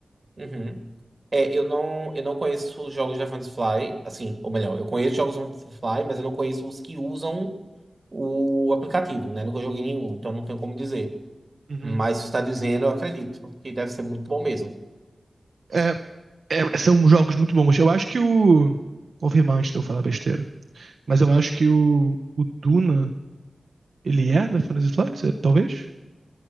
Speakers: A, on the right; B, on the right.
A: Uhum. É, eu não, eu não conheço os jogos da Fantasy assim, ou melhor, eu conheço jogos da Fantasy mas eu não conheço os que usam o aplicativo, né? Nunca joguei nenhum, então não tenho como dizer.
B: Uhum.
A: Mas se você está dizendo, eu acredito que deve ser muito bom mesmo.
B: É, é, são jogos muito bons. Eu acho que o. Confirmar antes de eu falar besteira. Mas eu acho que o, o Duna. Ele é na Fantasy Flight, eh, talvez?